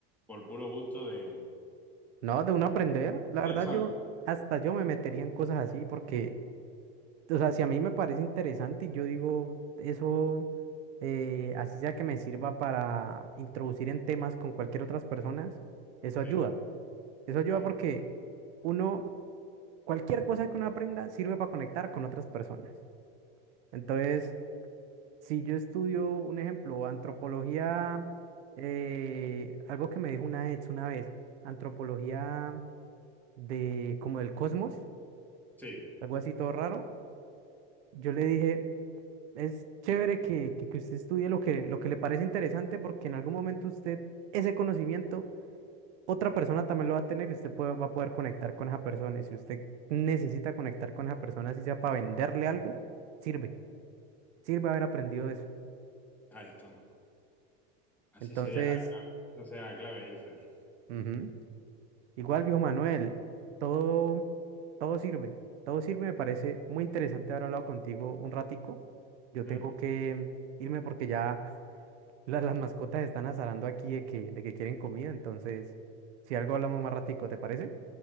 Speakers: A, in the centre; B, on the right.
A: Por puro gusto de...
B: No, de uno aprender, la verdad
A: Sí, ¿sabes?
B: yo, hasta yo me metería en cosas así porque, o sea, si a mí me parece interesante y yo digo, eso, eh, así sea que me sirva para introducir en temas con cualquier otras personas, eso
A: Sí,
B: ayuda. Eso ayuda
A: claro.
B: porque uno, cualquier cosa que uno aprenda sirve para conectar con otras personas. Entonces, Si yo estudio, un ejemplo, antropología, eh, algo que me dijo una ex una vez, antropología de como del cosmos,
A: Sí,
B: algo así todo raro, yo le dije, es chévere que, que, que usted estudie lo que, lo que le parece interesante porque en algún momento usted ese conocimiento, otra persona también lo va a tener y usted puede- va a poder conectar con esa persona. Y si usted necesita conectar con esa persona, si sea para venderle algo, sirve, sirve haber aprendido eso.
A: ahí estamos. Así
B: Entonces...
A: sería la clave. Esa sería la clave, Jeffer.
B: ujú. Igual, viejo Manuel, todo, todo sirve, todo sirve. Me parece muy interesante haber hablado contigo un ratico. Yo
A: Hmm.
B: tengo que irme porque ya <laughs> la- las mascotas están azarando aquí de que, de que quieren comida. Entonces, si algo hablamos más ratico, ¿te parece?